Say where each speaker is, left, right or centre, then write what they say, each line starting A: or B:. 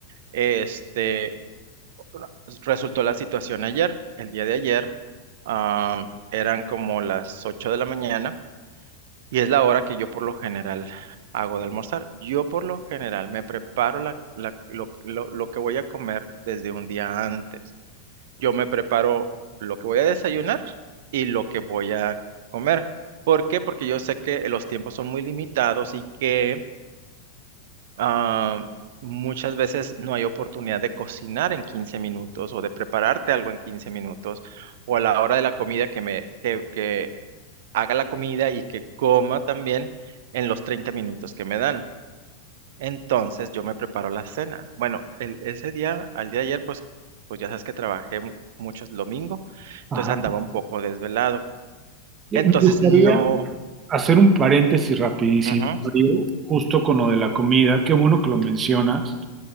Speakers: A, on the right; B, on the right.
A: este, bueno, resultó la situación ayer, el día de ayer, am, eran como las 8 de la mañana y es la hora que yo por lo general hago de almorzar. Yo por lo general me preparo la- la- lo, lo- lo que voy a comer desde un día antes. Yo me preparo lo que voy a desayunar y lo que voy a comer. ¿Por qué? Porque yo sé que los tiempos son muy limitados y que Ah, muchas veces no hay oportunidad de cocinar en 15 minutos o de prepararte algo en 15 minutos o a la hora de la comida que me que, que haga la comida y que coma también en los 30 minutos que me dan. Entonces yo me preparo la cena. Bueno, el, ese día, al día de ayer, pues, pues ya sabes que trabajé mu- mucho el domingo, entonces
B: Ajá.
A: andaba un poco desvelado.
B: Eh,
A: Entonces
B: Me gustaría
A: no.
B: hacer un paréntesis rapidísimo,
A: ujú,
B: Mario, justo con lo de la comida. Qué bueno que lo mencionas,